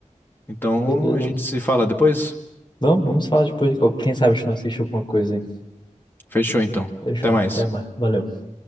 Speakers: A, on the left; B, on the left.
A: Então
B: Beleza.
A: a gente se fala depois?
B: Vamos, vamos falar depois. Qual- Quem sabe a gente não assiste alguma coisa, hein?
A: Fechou então.
B: Fechou.
A: Até mais.
B: Até mais. Valeu.